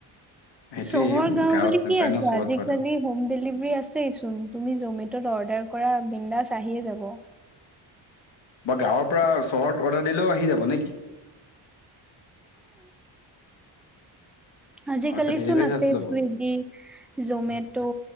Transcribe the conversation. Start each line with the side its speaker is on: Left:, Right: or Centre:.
Left: সেইটোৱেই
Centre: চহৰ-গাওঁ
Left: গাঁৱত
Centre: বুলি
Left: নাপায়
Centre: কি আছে?
Left: ন চহৰত
Centre: আজিকালি
Left: পোৱাটো
Centre: হোম ডেলিভাৰী আছ ছেই চোন। তুমি জ'মেটত অৰ্ডাৰ কৰা বিণ্ডাছ আহিয়ে যাব।
Left: মই গাঁৱৰ পৰা চহৰত অৰ্ডাৰ দিলেও আহি যাব নেকি?
Centre: আজিকালি
Left: আচ্ছা ডেলিভাৰী
Centre: চোন আছেই
Left: চাৰ্জটো ল'ব
Centre: চুইগি, জ'মেটো